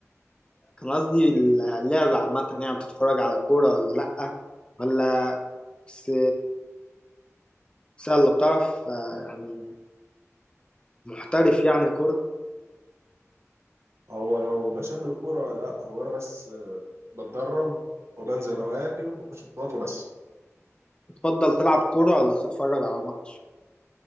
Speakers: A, on the left; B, on the right.
A: كان قصدي اللعبه عامه يعني بتتفرج على كوره ولا لا ولا بس بس يلا بتعرف آه يعني محترف يعني كوره
B: هو لو بشاهد الكوره لا هو انا بس بتدرب وبنزل نوادي وبخش بطولات وبس
A: تفضل تلعب كوره ولا تتفرج على ماتش